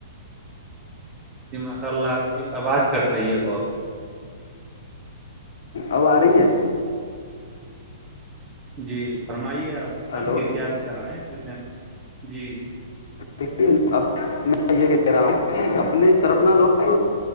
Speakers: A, on the right; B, on the left.
A: جی ماشاء اللہ آپ کی آواز کٹ رہی ہے بہت
B: اب آ رہی ہے
A: جی فرمائیےپ پ
B: ہلو
A: آپ کے کیا چ آ رہے ہیں اس ٹم جی
B: دیکے اب میں یہ کہہ رہا ہوں کہ اپنے طرفنا لوگ